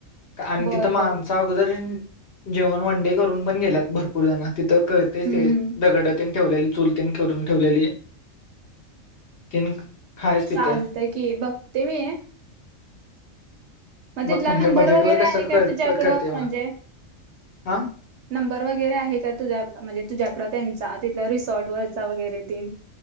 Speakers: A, on the left; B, on the right.
A: आणि
B: बर
A: तिथं माणस
B: बर
A: अगोदर जेवण वनडे करून पण गेल्यात भरपूर जण तिथं. कळतयच
B: हम्म
A: ते
B: हम्म
A: दगडतेन ठेवलेली चुलतेन करून ठेवलेली. तीन हायच तिथं
B: चालतंय की बघते मी! तिथला
A: मग तुमच्या
B: नंबर
A: बजेट
B: वगैरे
A: वर
B: आहे
A: कसं <unintelligible>
B: का तुझ्याकडं
A: करतय मग
B: म्हणजे
A: ह
B: नंबर वगैरे आहे का तुझ्या म्हणजे तुझ्याकड तेनचा तिथला रिसॉर्ट वरचा वगैरे तेन.